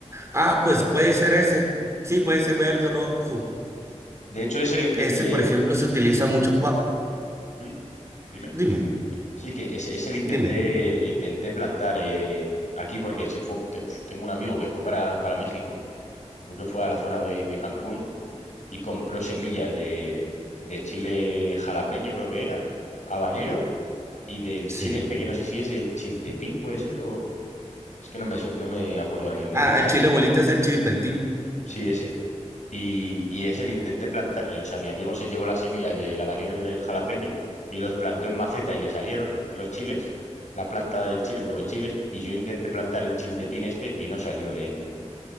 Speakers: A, on the right; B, on the left.
A: Ah, pues puede ser ese. Sí, puede ser verde o rojo.
B: De hecho, ese le, inte-
A: Ese,
B: le-
A: por ejemplo, se utiliza mucho pa...
B: ¿Mm? Dime.
A: Dime,
B: Sí, que ese, ese le intenté,
A: dime.
B: le intenté plantar eh, aquí porque se fue, te- tengo un amigo que fue para, para México, creo que fue a la zona de, de Cancún y compró semillas de, de chile jalapeño, creo que era, habanero, y del
A: Sí.
B: chile este, que no sé si es el chiltepín, puede ser, o es que no me, sue- no me acuerdo ahora mismo
A: Ah,
B: del nombre
A: el chile bolita es el chilpeltín.
B: Sí, ese. Y, y ese le intenté plantar, eh, o sea, mi amigo se llevó las semillas del habanero y del jalapeño y los plantó en maceta y le salieron los chiles, la planta del chile con los chiles, y yo intenté plantar el chiltepín este y no salió en...